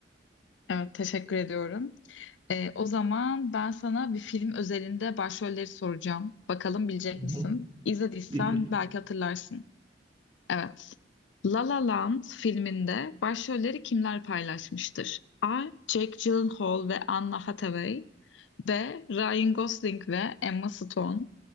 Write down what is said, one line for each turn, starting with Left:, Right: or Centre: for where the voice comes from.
Left: Evet, teşekkür ediyorum. Ee, o zaman ben sana bir film özelinde başrolleri soracağım. Bakalım bilecek
Right: Hı hı.
Left: misin? İzlediysen
Right: Bir film.
Left: belki hatırlarsın. Evet. La La Land filminde başrolleri kimler paylaşmıştır? A. Jake Gyllenhaal ve Anna Hathaway. B. Ryan Gosling ve Emma Stone.